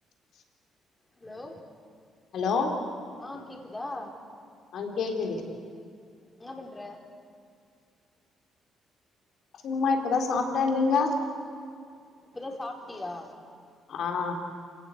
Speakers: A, on the left; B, on the left.
A: <inaudible>
B: Hello
A: hello
B: ஆ கேக்குதா
A: ஆ கேக்குது
B: என்ன பண்ற
A: சும்மா இப்பதா சாப்ட்ட நீங்க
B: இப்பதா சாப்ட்டியா
A: ஆ